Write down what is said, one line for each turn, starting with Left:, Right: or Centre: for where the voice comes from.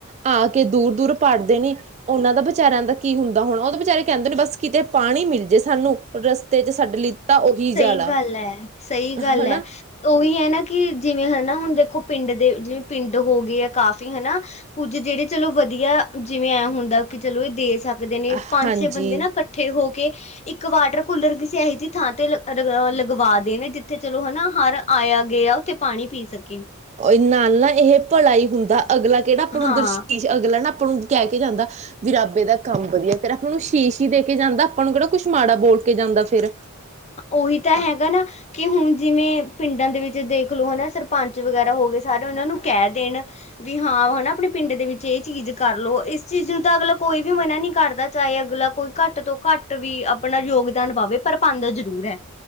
Right: ਆ ਕੇ ਦੂਰੋ-ਦੂਰੋ ਪੜ੍ਹਦੇ ਨੇ ਉਹਨਾਂ ਦਾ ਬਿਚਾਰਿਆਂ ਦਾ ਕੀ ਹੁੰਦਾ ਹੁਣਾ। ਉਹ ਤੇ ਵਿਚਾਰੇ ਕਹਿੰਦੇ ਨੇ ਬਸ ਕਿਤੇ ਪਾਣੀ ਮਿਲਜੇ ਸਾਨੂੰ, ਰਸਤੇ 'ਚ ਸਾਡੇ ਲਈ ਤਾਂ ਉਹੀ
Left: ਸਹੀ
Right: ਜਾਲਾ
Left: ਗੱਲ ਐ, ਸਹੀ ਗੱਲ
Right: ਹਨਾ
Left: ਐ। ਉਹੀ ਏ ਨਾ ਕਿ ਜਿਵੇਂ ਹਨਾ, ਹੁਣ ਦੇਖੋ ਪਿੰਡ ਦੇ ਜਿਵੇਂ ਪਿੰਡ ਹੋਗੇ ਆ ਕਾਫ਼ੀ ਹਨਾ ਕੁ ਤੇ ਜਿਹੜੇ ਚਲੋ ਵਧੀਆ, ਜਿਵੇਂ ਐ ਹੁੰਦਾ ਕਿ ਚਲੋ ਇਹ ਦੇ ਸਕਦੇ ਨੇ, ਪੰਜ-ਛੇ
Right: ਹਾਂਜੀ।
Left: ਬੰਦੇ ਨਾ ਕੱਠੇ ਹੋ ਕੇ ਇੱਕ ਵਾਟਰ-ਕੂਲਰ ਕਿਸੇ ਐਹੀ ਜੀ ਥਾਂ ਤੇ ਲਗਵਾ ਦੇਣ। ਜਿੱਥੇ ਚਲੋ ਹਨਾ, ਹਰ ਆਇਆ-ਗਿਆ ਆ ਉੱਥੇ ਪਾਣੀ ਪੀ ਸਕੇ।
Right: ਉਦੇ ਨਾਲ ਨਾ ਇਹ ਭਲਾ ਈ ਹੁੰਦਾ। ਅਗਲਾ ਕਿਹੜਾ ਆਪਾਂ ਨੂੰ
Left: ਹਾਂ।
Right: ਦਰਸ਼ੀਸ਼, ਅਗਲਾ ਨਾ ਆਪਾਂ ਨੂੰ ਕਹਿ ਕੇ ਜਾਂਦਾ ਵੀ ਰੱਬ ਇਹਦਾ ਕੰਮ ਵਧੀਆ ਕਰੇ। ਆਪਾਂ ਨੂੰ ਸ਼ੀਸ਼ ਈ ਦੇ ਕੇ ਜਾਂਦਾ। ਆਪਾਂ ਨੂੰ ਕਿਹੜਾ ਕੁੱਛ ਮਾੜਾ ਬੋਲ ਕੇ ਜਾਂਦਾ ਫਿਰ।
Left: ਉਹੀ ਤਾਂ ਹੈਗਾ ਨਾ ਕਿ ਹੁਣ ਜਿਵੇਂ, ਪਿੰਡਾਂ ਦੇ ਵਿੱਚ ਦੇਖ ਲੋ ਹਨਾ, ਸਰਪੰਚ ਵਗੈਰਾ ਹੋਗੇ। ਸਾਰੇ ਉਹਨਾਂ ਨੂੰ ਕਹਿ ਦੇਣ ਵੀ ਹਾਂ ਹਨਾ, ਆਪਣੇ ਪਿੰਡ ਦੇ ਵਿੱਚ ਇਹ ਚੀਜ਼ ਕਰਲੋ। ਇਸ ਚੀਜ਼ ਨੂੰ ਤਾਂ ਅਗਲਾ ਕੋਈ ਵੀ ਮਨ੍ਹਾਂ ਨੀ ਕਰਦਾ, ਚਾਹੇ ਅਗਲਾ ਕੋਈ ਘੱਟ ਤੋਂ ਘੱਟ ਵੀ ਆਪਣਾ ਯੋਗਦਾਨ ਪਾਵੇ, ਪਰ ਪਾਂਦਾ ਜ਼ਰੂਰ ਐ।